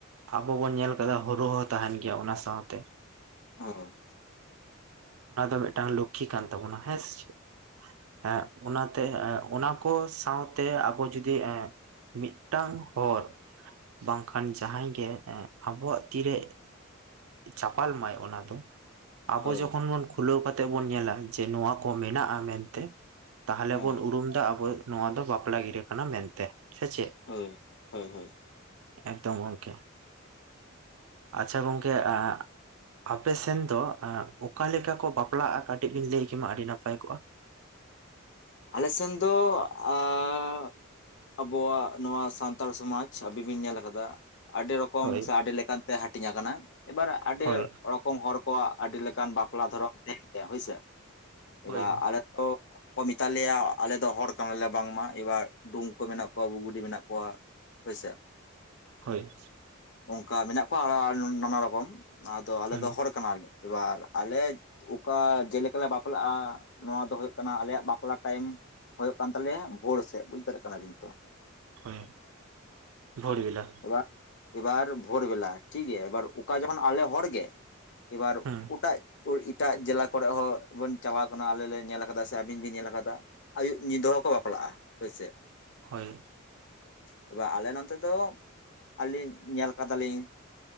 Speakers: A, on the right; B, on the left.
A: ᱟᱵᱚ ᱵᱚᱱ ᱧᱮᱞ ᱠᱟᱫᱟ ᱦᱩᱲᱩ ᱦᱚᱸ ᱛᱟᱦᱮᱱ ᱜᱮᱭᱟ ᱚᱱᱟ ᱥᱟᱶᱛᱮ᱾
B: ᱚᱸ
A: ᱚᱱᱟ ᱫᱚ ᱢᱤᱫᱴᱟᱝ ᱞᱚᱠᱠᱷᱤ ᱠᱟᱱ ᱛᱟᱵᱚᱱᱟ᱾ ᱦᱮᱸ ᱥᱮ ᱪᱮᱫ᱾ ᱮᱸᱜ ᱚᱱᱟᱛᱮ ᱮᱸᱜ ᱚᱱᱟ ᱠᱚ ᱥᱟᱶᱛᱮ ᱟᱵᱚ ᱡᱩᱫᱤ ᱮᱸᱻ ᱢᱤᱫᱴᱟᱝ ᱦᱚᱨ ᱵᱟᱝᱠᱷᱟᱱ ᱡᱟᱦᱟᱸᱭ ᱜᱮ ᱟᱵᱚᱣᱟᱜ ᱛᱤ ᱨᱮ ᱪᱟᱯᱟᱞ ᱢᱟᱭ ᱚᱱᱟ ᱫᱚ᱾ ᱟᱵᱚ
B: ᱦᱳᱭ ᱦᱳᱭ
A: ᱡᱚᱠᱷᱚᱱ ᱵᱚᱱ ᱠᱷᱩᱞᱟᱹᱣ ᱠᱟ ᱛᱮ ᱵᱚᱱ ᱧᱮᱞᱟ ᱡᱮ, ᱱᱚᱣᱟ ᱠᱚ ᱢᱮᱱᱟᱜᱼᱟ ᱢᱮᱱᱛᱮ ᱛᱟᱦᱚᱞᱮ
B: ᱦᱳᱭ
A: ᱵᱚᱱ ᱩᱨᱩᱢ ᱫᱟ, ᱟᱵᱚ ᱱᱚᱣᱟ ᱫᱚ ᱵᱟᱯᱞᱟ ᱜᱤᱨᱟᱹ ᱠᱟᱱᱟ ᱢᱮᱱᱛᱮ ᱥᱮ ᱪᱮᱫ?
B: ᱦᱳᱭ, ᱦᱳᱭ, ᱦᱳᱭ᱾
A: ᱮᱠᱫᱚᱢ ᱜᱚᱝᱠᱮ᱾ ᱟᱪᱪᱷᱟ ᱜᱚᱝᱠᱮ ᱟᱻ ᱟᱯᱮ ᱥᱮᱱ ᱫᱚ ᱚᱠᱟᱞᱮ ᱞᱮᱠᱟ ᱠᱚ ᱵᱟᱯᱞᱟᱜᱼᱟ᱾ ᱠᱟᱹᱴᱤᱡ ᱵᱮᱱ ᱞᱟᱹᱭ ᱠᱮᱢᱟ ᱟᱹᱰᱤ ᱱᱟᱯᱟᱭ ᱠᱚᱜᱼᱟ᱾
B: ᱟᱞᱮ ᱥᱮᱱ ᱫᱚ ᱮᱸᱻ ᱟᱵᱚᱣᱟᱜ ᱱᱚᱣᱟ ᱥᱟᱱᱛᱟᱞ ᱥᱚᱢᱟᱡᱽ ᱟᱵᱤᱱ ᱵᱤᱱ ᱧᱮᱞ ᱟᱠᱟᱫᱟ ᱾ ᱟᱹᱰᱤ ᱨᱚ ᱠᱚᱢ
A: ᱦᱳᱭ
B: ᱥᱮ ᱟᱹᱰᱤ ᱞᱮᱠᱟ ᱛᱮ ᱦᱟᱹᱴᱤᱧ ᱟᱠᱟᱱᱟ᱾ ᱮᱵᱟᱨ ᱟᱹᱰᱤ
A: ᱦᱳᱭ
B: ᱨᱚᱠ ᱠᱚᱢ ᱦᱚᱲ ᱠᱚᱣᱟᱜ ᱟᱹᱰᱤ ᱞᱮᱠᱟᱱ ᱵᱟᱯᱞᱟ ᱫᱷᱚᱨᱚᱢ ᱧᱮᱞᱛᱮ ᱦᱳᱭᱥᱮ,
A: ᱦᱳᱭ
B: ᱮᱵᱟᱨ ᱟᱞᱮ ᱫᱚ ᱛᱟᱞᱮᱭᱟ ᱟᱞᱮ ᱫᱚ ᱦᱚᱲ ᱠᱟᱱᱟᱞᱮ ᱵᱟᱝᱢᱟ, ᱮᱵᱟᱨ ᱰᱩᱢᱠᱟᱹ ᱠᱚ ᱢᱮᱱᱟᱜ ᱠᱚᱣᱟ, ᱵᱩᱜᱩᱰᱤ ᱢᱮᱱᱟᱜ ᱠᱚᱣᱟ᱾ ᱦᱳᱭ ᱥᱮ᱾
A: ᱦᱳᱭ
B: ᱚᱱᱠᱟ ᱢᱮᱱᱟᱜ ᱠᱚᱣᱟ ᱱᱟᱱᱟ ᱨᱚᱠᱚᱢ, ᱟᱫᱚ ᱟᱞᱮ
A: ᱦᱩᱸ
B: ᱫᱚ ᱦᱚᱲ ᱠᱟᱱᱟ ᱞᱮ᱾ ᱮᱵᱟᱨ ᱟᱞᱮ ᱚᱠᱟ ᱡᱮ ᱞᱮᱠᱟ ᱞᱮ ᱵᱟᱯᱞᱟᱜᱼᱟ᱾ ᱱᱚᱣᱟ ᱫᱚ ᱦᱳᱭᱳᱜ ᱠᱟᱱᱟ ᱟᱞᱮᱭᱟᱜ ᱵᱟᱼᱼ ᱯᱞᱟ ᱛᱟᱭᱤᱢ ᱦᱳᱭᱳᱜ ᱠᱟᱱ ᱛᱟᱞᱮᱭᱟ ᱵᱷᱳᱨ ᱥᱮᱫ, ᱵᱩᱡ ᱫᱟᱨᱮᱜ ᱠᱟᱱᱟ ᱵᱤᱱ ᱛᱚ᱾
A: ᱦᱮᱸ ᱵᱷᱳᱨ ᱵᱮᱞᱟ᱾
B: ᱮᱵᱟᱨ, ᱮᱵᱟᱨ ᱵᱷᱳᱨ ᱵᱮᱞᱟ ᱴᱷᱤᱠ ᱜᱮᱭᱟ, ᱮᱵᱟᱨ ᱚᱠᱟ ᱡᱚᱠᱷᱚᱱ ᱟᱞᱮ ᱦᱚᱲ ᱜᱮ ᱮᱵᱟᱨ
A: ᱦᱩᱸ
B: ᱳᱴᱟᱜ ᱮᱴᱟᱜ ᱡᱮᱞᱟ ᱠᱚᱨᱮ ᱦᱚᱸ ᱵᱚᱱ ᱪᱟᱞᱟᱣ ᱠᱟᱱᱟ᱾ ᱟᱞᱮ ᱞᱮ ᱧᱮᱞ ᱟᱠᱟᱫᱟ ᱥᱮ ᱟᱵᱤᱱ ᱵᱤᱱ ᱧᱮᱞ ᱠᱟᱫᱟ ᱟᱹᱭᱩᱵ ᱧᱤᱫᱟᱹ ᱦᱚᱸᱠᱚ ᱵᱟᱯᱞᱟᱜᱼᱟ, ᱦᱳᱭ ᱥᱮ᱾
A: ᱦᱳᱭ
B: ᱛᱚᱵᱮ ᱟᱞᱮ ᱱᱚᱱᱛᱮ ᱫᱚ ᱟᱹᱞᱤᱧ ᱧᱮᱞ ᱠᱟᱫᱟ ᱞᱤᱧ᱾